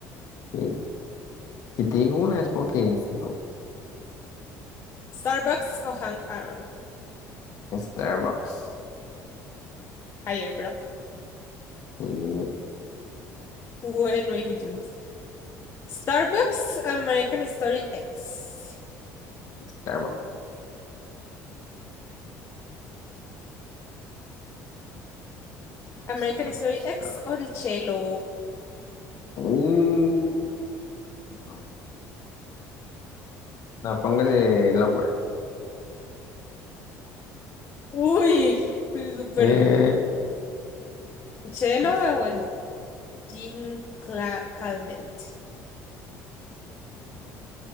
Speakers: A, on the left (about 55°); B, on the left (about 35°).
A: ok. Si te digo una es porque es loco.
B: Starbucks o Hank Aaron.
A: Starbucks.
B: Higher, bro.
A: Mm,
B: Tuve 9 millones. Starbucks, American Story X.
A: Starbucks.
B: American
A: Starbucks.
B: Story X
A: Ah,
B: o el Chelo.
A: mm, no, no, póngale lower.
B: Uy, super.
A: Eh,
B: Chelo
A: ¿qué es?
B: o el Jean Cla- Calment.